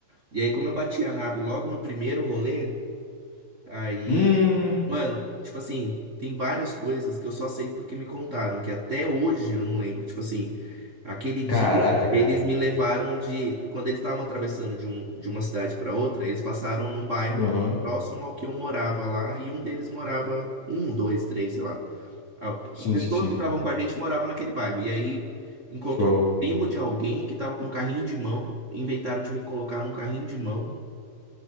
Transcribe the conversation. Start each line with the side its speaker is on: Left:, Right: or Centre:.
Right: E aí, como eu bati a nave logo no primeiro rolê, aí,
Left: Hum.
Right: mano, tipo assim, tem várias coisas que eu só sei porque me contaram, que até hoje eu não lembro. Tipo assim, aquele dia
Left: Caraca, cara.
Right: eles me levaram de. Quando eles estavam atravessando de, um, de uma cidade para outra, eles passaram num bairro
Left: Aham.
Right: próximo ao que eu morava lá, e um deles morava, um, dois, três, sei lá. A-
Left: Sim,
Right: a- Pessoas
Left: sim, sim.
Right: que estavam com a gente moravam naquele bairro. E aí encontrou
Left: Show.
Right: o primo de alguém que estava com um carrinho de mão. Inventaram de me colocar num carrinho de mão